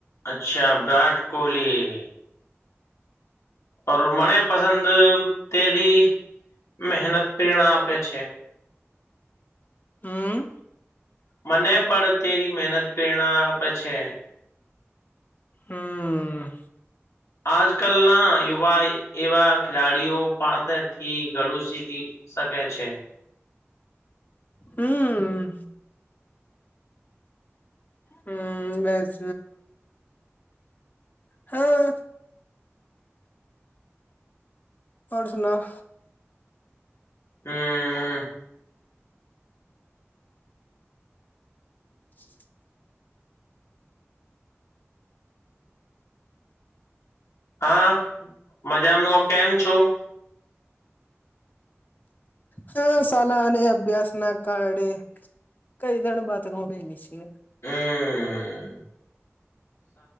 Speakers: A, on the left (about 85°); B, on the left (about 40°).
A: અચ્છા વિરાટ કોહલી ઓ મણે પસંદ તેરી મહેનત પ્રેરણા આપે છે
B: હમ
A: મને પણ અત્યારે મહેનત પ્રેરણા આપે છે
B: હમ
A: આજ ક કલ ના યુવા એવા ખેલાડીઓ પાસેથી ગળું સીખી શકે છે
B: હમ હમ બસ હા હોર સુના
A: <inaudible>
B: <inaudible>
A: હા મજામાં કેમ છું
B: હા શાલા અને અભ્યાસ ના કારડે કઈ તનું બાત ગણ નની છે
A: હમ